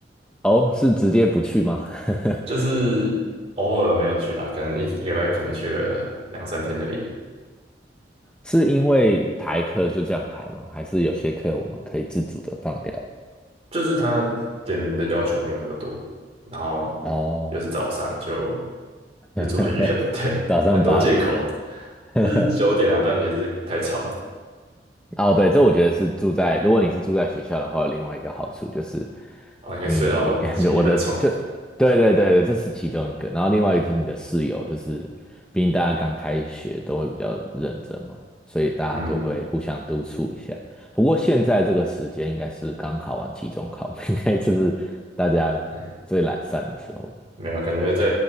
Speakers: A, in the centre; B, on the right.
A: 哦，是直接不去吗？<laughs>
B: 就是偶尔没有去啊，可能一一个礼拜可能去个两三天而已。
A: 是因为排课就这样排吗？还是有些课我们可以自主的放掉？
B: 就是他点名的要求没有那么多，然后
A: 哦，
B: 又是早上就又住很远，
A: <laughs>
B: <laughs> 对，
A: 早上八点这样。
B: 很多借口
A: <laughs>
B: 是九点啊，但也是太吵了
A: 哦，对，这我觉得是住在，如果你是住在学校的话，有另外一个好处就是
B: 啊，应该睡到前一分钟，
A: 你 <laughs>，我的就对对对对，这是其中一个，然后另外一个就是你的室友，就是毕竟大家刚开学都会比较认真嘛，所以大家都会互相督促一下。
B: 嗯，
A: 不过现在这个时间应该是刚考完期中考，<laughs> 应该就是大家最懒散的时候
B: 哎，没有啊，感觉在